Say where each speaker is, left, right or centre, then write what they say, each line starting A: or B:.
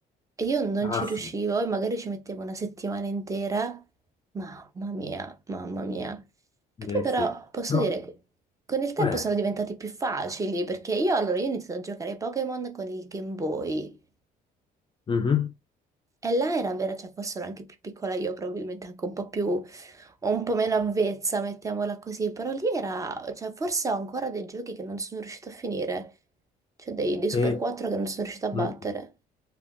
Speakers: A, on the right; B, on the left.
A: E io non
B: Ah
A: ci
B: sì,
A: riuscivo e magari ci mettevo una settimana intera. Mamma mia, mamma mia. Che poi
B: eh
A: però
B: sì.
A: posso
B: No.
A: dire, con il tempo
B: Eh,
A: sono diventati più facili perché io allora io ho iniziato a giocare ai Pokémon con il Game Boy.
B: mhm.
A: E là era vera, cioè forse ero anche più piccola io, probabilmente anche un po' più, un po' meno avvezza, mettiamola così, però lì era, cioè forse ho ancora dei giochi che non sono riuscita a finire, cioè dei, dei Super
B: E,
A: 4 che non sono riuscita a battere.
B: mm.